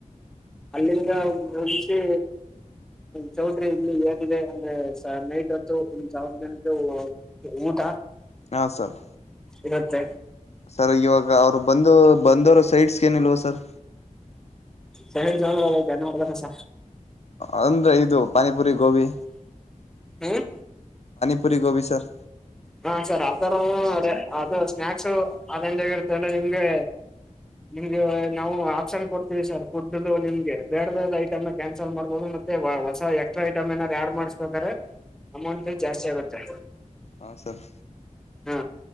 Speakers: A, in the centre; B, on the left.
A: ಅಲ್ಲಿಂದ ಮುಂಚಿ ಚೌಟ್ರಿ ಇಲ್ಲಿ ಏನಿದೆ ಅಂದ್ರೆ ಸ ನೈಟ್ ಹೊತ್ತು ಒಂದ್ ಸಾವರ ಜನಕ್ಕೆ ಊಟ.
B: ಹಾ ಸರ್.
A: ಇವತ್ತ.
B: ಸರ್ ಇವಾಗ ಅವರು ಬಂದು ಬಂದೋರ ಸೈಡ್ಸ್ಗೆ ಏನಿಲ್ವ ಸರ್.
A: ಸ ಹಿಡ್ ಸಂದ್ರಏ ಮಾಡ್ತಸ.
B: ಒಂದು ಇದು ಪಾನಿಪುರಿ ಗೋಬಿ.
A: ಹ್ಮ್.
B: ಉಪರಿ ಗೋವಿಿಸರ್.
A: ಹಾ ಸರ್ ಆ ತರ ನೋ ಅದು ಸ್ನಾಯಕ್ಸ್. ಅದಂಜಗರ್ತ ಅ್ರೆ ನಿಮ್ಗೆ ನಿಮ್ಗೆ ನಾವು ಆಪ್ಷನ್ ಕೊಡ್ತೀವಿ ಸರ್ ಫುಡ್ದು ನಿಮಗೆ ಬೇಡ್ ಬೇರೆ ಐಟಮ್ ಕ್ಯಾನ್ಸಲ್ ಮಾಡ್ಬೋದು ಮತ್ತೆ ಹೊಸ ಎಕ್ಸ್ಟ್ರಾ ಐಟಮ್ ಏನಾದಾರು ಆಡ್ ಮಾಡ್ಸ್ಬೇಕಾರೆ. ಅಮೌಂಟ್ ಜಾಸ್ತಿ ಆಗುತ್ತೆ.
B: ಹಾ ಸರ್.
A: ಹಾ